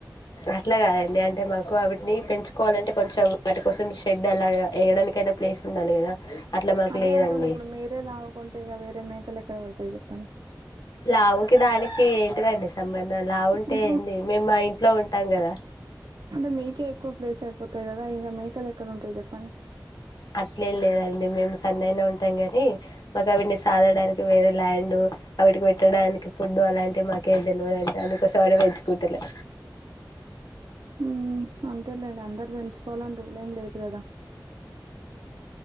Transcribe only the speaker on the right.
అదే
అంటున్న ఇప్పుడు మేరే లావుగా ఉంటే ఇక వేరే మేకలు ఎక్కడ పడతాయి చెప్పండి
ఇప్పుడు
అంటే మీకే ఎక్కువ ప్లేస్ అయిపోత్ తది కదా ఇంకా మేకలు ఎక్కడ ఉంటాయి చెప్పండి
హుమ్ అంతే లే అందరు పెంచుకోవాలని రూలేం లేదు కదా